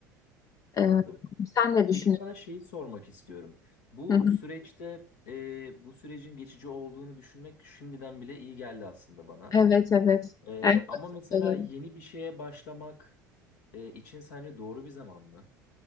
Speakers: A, on the left; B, on the left.
A: Anladım.
B: Ee, sen ne düşünüyorsun?
A: Peki sana şeyi sormak istiyorum. Bu
B: Hı.
A: süreçte e, bu sürecin geçici olduğunu düşünmek şimdiden bile iyi geldi aslında bana.
B: Evet evet.
A: E,
B: En
A: ama
B: basit
A: mesela
B: olanı.
A: yeni bir şeye başlamak e, için sence doğru bir zaman mı?